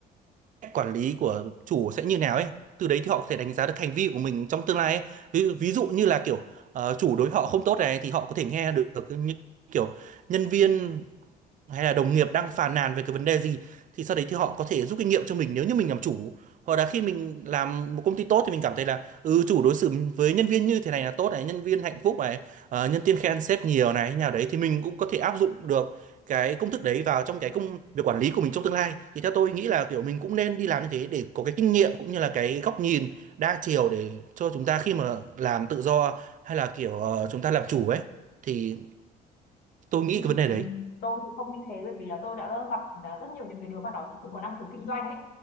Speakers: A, on the right; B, on the left.
A: cách quản lý của chủ sẽ như nào ấy từ đấy thì họ có thể đánh giá được hành vi của mình trong tương lai ấy. Ví, dụ- ví dụ như là kiểu ờ, chủ đối họ không tốt này thì họ có thể nghe được những kiểu nhân viên hay là đồng nghiệp đang phàn nàn về cái vấn đề gì thì sau đấy thì họ có thể rút kinh nghiệm cho mình nếu như mình làm chủ hoặc là khi mình làm một công ty tốt thì mình cảm thấy là ừ chủ đối xử với nhân viên như thế này là tốt này nhân viên hạnh phúc này ờ, nhân viên khen sếp nhiều này như nào đấy thì mình cũng có thể áp dụng được cái công thức đấy vào trong cái công việc quản lý của mình trong tương lai thì theo tôi nghĩ là kiểu mình cũng nên đi làm như thế để có cái kinh nghiệm cũng như là cái góc nhìn đa chiều để cho chúng ta khi mà làm tự do hay là kiểu ờ, chúng ta làm chủ ấy thì tôi nghĩ
B: Ừ.
A: cái vấn đề đấy
B: tôi thì không như thế bởi vì là tôi đã gặp à, rất nhiều những cái đứa mà nó thật sự có năng khiếu kinh doanh ấy